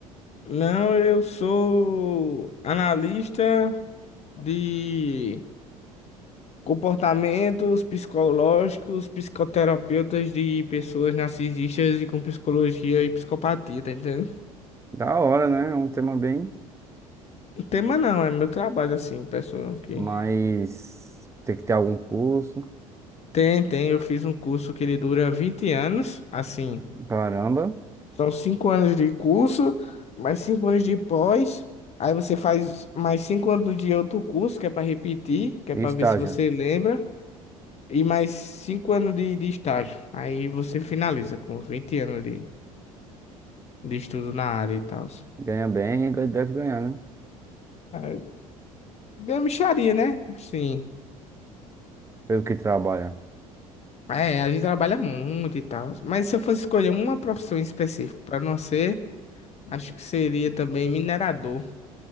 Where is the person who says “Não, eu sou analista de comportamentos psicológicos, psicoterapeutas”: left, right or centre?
Left